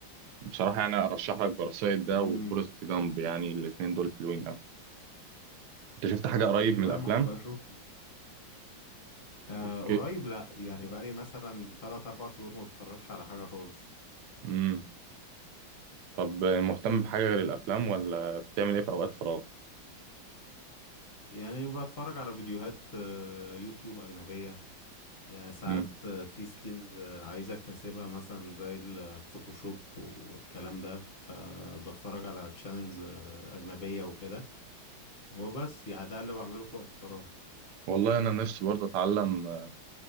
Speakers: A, on the right (about 70°); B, on the left (about 40°).
A: بصراحه يعني ارشح لك باراسايت ده
B: امم
A: وفورست جامب يعني الاتنين دول حلوين قوي انت شفت حاجه قريب
B: تمام
A: من الافلام
B: هبقى اشوف آه
A: اوكي
B: قريب لا يعني بقالي مثلا 3 4 شهور ما بتفرجش على حاجة خالص
A: امم طب مهتم بحاجه غير الافلام ولا بتعمل ايه في اوقات فراغ
B: يعني بتفرج على فيديوهات آه، يوتيوب أجنبية يعني ساعات
A: امم
B: آه، في سكيلز آه، عايز اكتسبها مثلا زي الفوتوشوب والكلام ده فبتفرج على تشانلز آه أجنبية وكده وبس يعني ده اللي بعمله في وقت فراغي
A: والله انا نفسي برضه اتعلم آه،